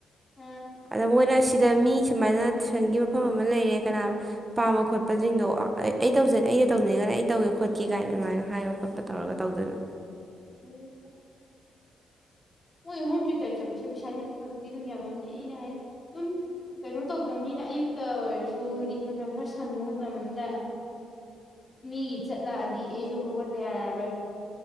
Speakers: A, on the left; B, on the right.
A: ꯑ ꯑꯣ
B: ꯑꯗ ꯃꯣꯏꯅ ꯁꯤꯗ ꯃꯤ ꯁꯨꯃꯥꯏꯅ ꯇꯨꯏꯁꯟꯒꯤ ꯃꯐꯝ ꯑꯃ ꯂꯩꯔꯦ ꯀꯅꯥ ꯄꯥꯝꯕ ꯈꯣꯠꯄꯁꯤꯡꯗꯣ ꯑꯩ ꯑꯩ ꯇꯧꯖ ꯑꯩꯩꯅ ꯇꯧꯅꯤꯡꯉꯅ ꯑꯩ ꯇꯧꯒꯦ ꯈꯣꯠꯀꯦ ꯀꯥꯏꯅ ꯑꯗꯨꯃꯥꯏꯅ ꯍꯥꯏꯕ ꯈꯣꯠꯄ ꯇꯧꯔꯒ ꯇꯧꯗꯣꯏꯕ
A: ꯎꯝ ꯍꯣꯏ ꯍꯣꯝ ꯇ꯭ꯌꯨꯇꯔ ꯆꯠꯄꯁꯦ ꯄꯩꯁꯥꯗꯤ ꯑꯗꯨ ꯈꯛꯔꯗꯤ ꯑꯗꯨꯝ ꯌꯥꯝꯃꯕꯅꯤ ꯑꯩꯅ ꯍꯥꯏꯔꯤ ꯑꯗꯨꯝ ꯀꯩꯅꯣ ꯇꯧꯗꯕꯅꯤꯅ ꯑꯌꯨꯛꯇ ꯑꯣꯏꯔꯁꯨ ꯍꯥꯏꯗꯤ ꯃꯇꯝ ꯈꯔ ꯁꯪꯕ ꯃꯇꯝ ꯑꯃꯗ ꯃꯤꯒꯤ ꯆꯠꯂꯛꯑꯗꯤ ꯑꯩꯁꯨ ꯍꯧꯒꯠꯇ ꯌꯥꯔꯛꯑꯔꯣꯏ